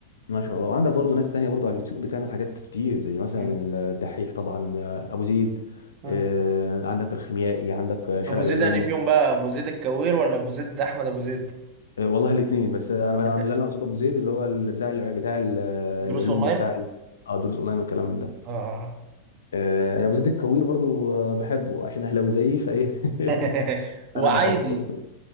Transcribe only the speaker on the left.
ما شاء الله وعندك برضو ناس تانية برضو على اليوتيوب بتعمل حاجات كتير زي مثلا
الدحيح طبعا آه، ابو زيد
آه، عندك الخيميائي عندك آه، شارع
العلوم
آه، والله الاثنين بس انا بقى- أنا
اللي انا اقصده ابو زيد اللي هو ال- بتاع الع- بتاع ال-
العلوم
وبتاع ال- اه دروس اونلاين والكلام من ده
آه، ابو زيد الكوير برضو آه، بحبه عشان اهلاوي زيي فايه <laughs>
انا بحبه